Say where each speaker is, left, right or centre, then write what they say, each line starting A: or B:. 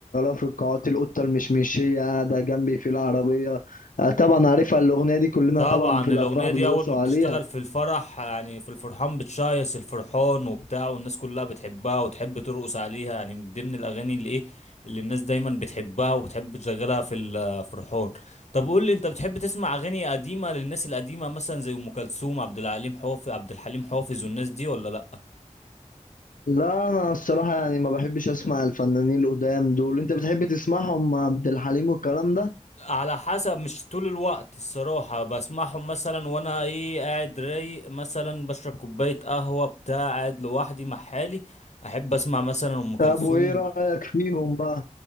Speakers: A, on the left (about 80°); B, on the left (about 55°).
A: في القاعات القطة المشمشية قاعدة جنبي في العربية آه، طبعا عارفها الاغنية دي كلنا
B: طبعا
A: طبعا في الافراح
B: الاغنيه
A: بنرقصوا
B: دي اول ما بتشتغل
A: عليها
B: في الفرح يعني في الفرحان بتشيص الفرحان وبتاع والناس كلها بتحبها وتحب ترقص عليها يعني من ضمن الاغاني اللي ايه اللي الناس دايما بتحبها وبتحب تشغلها في الفرحان طب قول لي انت بتحب تسمع اغاني قديمه للناس القديمه مثلا زي ام كلثوم عبد الحليم حافظ عبد الحليم حافظ والناس دي ولا لا
A: لا انا الصراحه يعني ما بحبش اسمع الفنانين القدام دول انت بتحب تسمعهم عبد الحليم والكلام ده
B: على حسب مش طول الوقت الصراحة بسمعهم مثلا وانا ايه قاعد رايق مثلا بشرب كوباية قهوة بتاع قاعد لوحدي مع حالي احب اسمع مثلا ام كلثوم
A: طب وايه رايك فيهم بقى